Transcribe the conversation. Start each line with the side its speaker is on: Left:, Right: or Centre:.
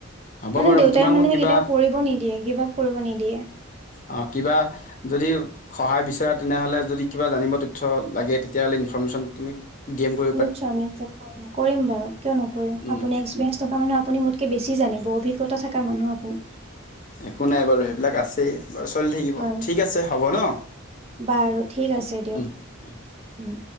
Left: হ'ব
Right: মানে
Left: বাৰু
Right: দেউতাই
Left: তোমাক
Right: মানে
Left: মই কিবা
Right: কেতিয়াও পৰিব নিদিয়ে গিভ আপ কৰিব নিদিয়ে।
Left: অ, কিবা যদি সহায় বিচৰা তেনেহ'লে যদি কিবা জানিব তথ্য লাগে, তেতিয়াহ'লে ইনফৰ্মেশ্যন তুমি গেম বৰ্ড
Right: নিশ্চয়-নিশ্চয় কৰিম, কৰিম বাৰু কিয় নকৰিম,
Left: উম
Right: আপুনি এক্সপিৰিয়েঞ্চ থকা মানুহ আপুনি মোত কে বেছি জানিব অভিজ্ঞা থকা মানুহ আপুনি।
Left: একো নাই বাৰু সেইবিলাক আছেই বাৰু চলি থাকিব
Right: হয়
Left: ঠিক আছে হ'ব ন।
Right: বাৰু ঠিক আছে
Left: উম
Right: দিয়ক,
Left: উম।
Right: উম।